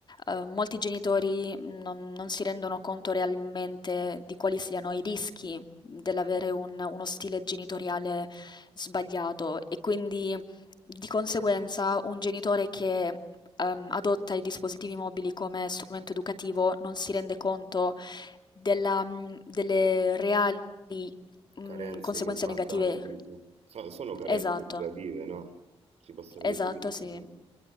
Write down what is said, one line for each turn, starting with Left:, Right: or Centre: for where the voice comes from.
Left: eh, molti genitori non, non si rendono conto realmente di quali siano i rischi dell'avere un- uno stile genitoriale sbagliato e quindi di conseguenza un genitore che ehm, adotta i dispositivi mobili come strumento educativo non si rende conto della, mh, delle reali
Right: Carenze
Left: mh, conseguenze
Right: che va
Left: negative.
Right: a dare, dici? So- sono carenze
Left: Esatto,
Right: educative, no? Si possono definire
Left: esatto, sì.
Right: così.